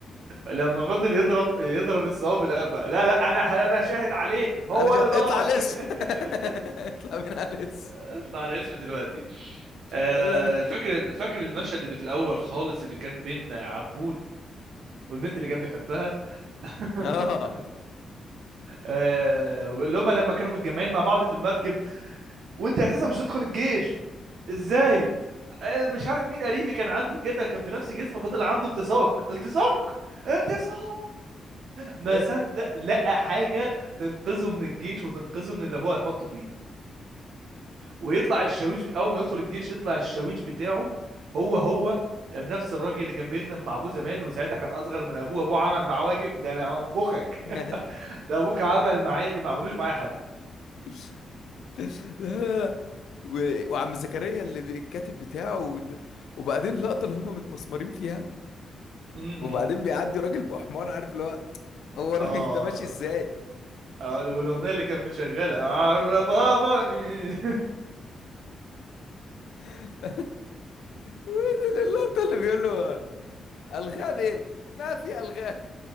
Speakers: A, on the right; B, on the left.
A: لما فضل يضرب يضرب الثواب بالقفا لا لا انا انا شاهد عليه هو
B: انا جا...
A: اللي ضربك
B: اطلع لص
A: <laughs>
B: <laughs> اطلع من على لص
A: اطلع على اسمه دلوقتي آه
B: قال له انا
A: فاكر فاكر المشهد اللي في الاول خالص اللي كان بين عبود والبنت اللي كان بيحبها <laughs>
B: <laughs> اه
A: آه اللي هما لما كانوا متجمعين مع بعض في المركب وانت اساسا مش هتدخل الجيش ازاي آه، مش عارف مين قريبي كان عنده كده كان في نفس جسمك وده اللي عنده التصاق التصاق التصاق ما
B: هي
A: صدق لقى حاجه تنقذه من الجيش وتنقذه من اللي ابوه هيحطه فيه ويطلع الشاويش ب... اول ما يدخل الجيش يطلع الشاويش بتاعه هو هو نفس الراجل اللي كان بيخدم مع ابوه زمان وساعتها كان اصغر من ابوه ابوه عمل معاه واجب ده انا هنفخك
B: دي
A: <laughs> ده ابوك عمل معايا اللي ما عملوش معايا حد
B: <laughs> <laughs> لا لا لا و... وعم زكريا اللي بي- الكاتب بتاعه ود... وبعدين اللقطة اللي هم متمسمرين فيها
A: م- م.
B: وبعدين بيعدي راجل بحمار عارف اللي هو هو
A: اه
B: الراجل ده ماشي ازاي
A: اه والاغنيه اللي كان مشغلها عرّ بابا إيه. <laughs>
B: <laughs> وين اللقطة اللي بيقول له ألغام ايش ما في ألغام